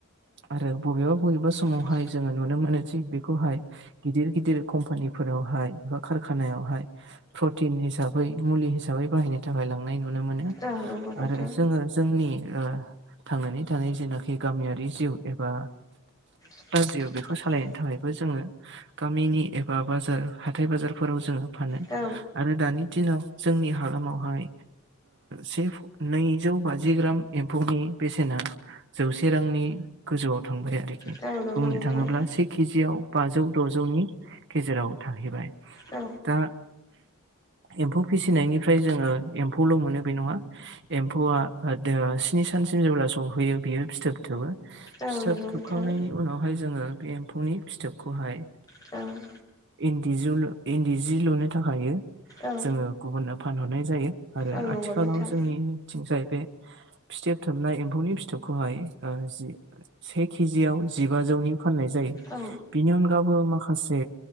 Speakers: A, on the right; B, on the left.
A: आरो बबेबा बबेबा समावहाय
B: मोजां
A: जोङो नुनो मोनो खि बेखौहाय गिदिर गिदिर कम्पानिफोरावहाय खारखानायावहाय प्रटिन हिसाबै मुलि हिसाबै बाहायनो थाखाय लांनाय नु नो मोनो
B: खालामनो हायो औ नंगौ नोंथां औ बबेबा समावहाय जोङो नुनो मोनो जि बेखौ प्रटिन हिसाबै मुलि हिसाबै बाहायनो थाखाय लांनाय नुनो मोनो थांनानै
A: आरो
B: थानाय
A: जोङो जोंनि थांनानै थानाय जेनाखि गामियारि जिउ एबा
B: जिउ
A: जि
B: सालायनो थाखायबो
A: बेखौ सालायनो थाखायबो जोङो गामिनि एबा बाजार हाथाइ बाजार फोराव जोङो फानो
B: जोङो
A: आरो दानि दिनाव जोंनि हालामावहाय से नैजौ बाजि ग्राम एम्फौनि बेसेना जौसे रांनि गोजौआव थांबाय आरोखि।
B: नांगौ
A: बुंनो
B: से केजियाव
A: थाङोब्ला
B: बाजौ द'जौनि
A: से केजियाव बाजौ द'जौनि गेजेराव थांहैबाय
B: औ
A: दा एम्फौ फिसिनायनिफ्राय जोङो एम्फौल' मोनो बे नङा एम्फौआ स्नि सानसिम जेब्ला सौहैयो बियो फिथोब फिथोबबो
B: औ नंगौ
A: फिथोब
B: नोंथां। बेनिफ्राय
A: थोबखांनायनि
B: जोङो एम्फौनि
A: उनावहाय जोङो बे एम्फौनि फिथोबखौहाय
B: फिथोबखौहाय
A: इन्दिजुल इन्दि जि लुनो थाखाय
B: औ
A: जोङो गुबुननो फानहरनाय जायो आरो
B: औ नंगौ
A: आथिखालाव
B: नोंथां
A: जोंनिथिं जाहैबाय फिथेबथोबनाय एम्फौनि फिथोबखौहाय जि से केजियाव जिबाजौनि फाननाय जायो
B: औ
A: बिनि अनगाबो माखासे